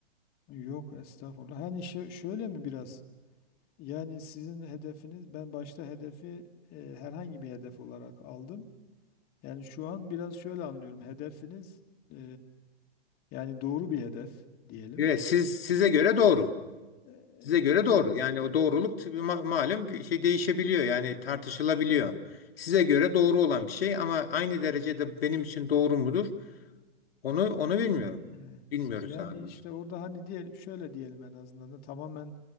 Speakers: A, on the left; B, on the left.
A: Yok estağfurullah. Hani şö- şöyle mi biraz? Yani sizin hedefiniz ben başta hedefi e, herhangi bir hedef olarak aldım. Yani şu an biraz şöyle anlıyorum. Hedefiniz e, yani doğru bir hedef diyelim.
B: Evet, siz size göre doğru.
A: E, e,
B: Size göre doğru.
A: Evet.
B: Yani o doğruluk tabii ma- malum bir şey değişebiliyor. Yani tartışılabiliyor. Size göre doğru olan bir şey ama aynı derecede benim için doğru mudur? Onu onu bilmiyorum.
A: Evet.
B: Bilmiyoruz
A: Yani
B: daha doğrusu.
A: işte orada hani diyelim şöyle diyelim en azından da tamamen